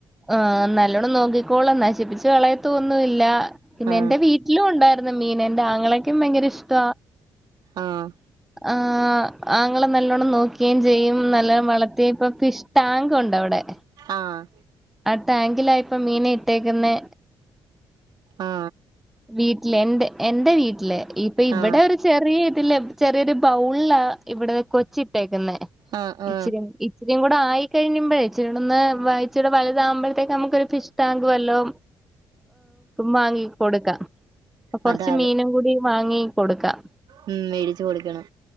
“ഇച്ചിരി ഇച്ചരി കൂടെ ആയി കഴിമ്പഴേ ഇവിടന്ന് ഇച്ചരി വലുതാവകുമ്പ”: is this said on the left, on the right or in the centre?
Centre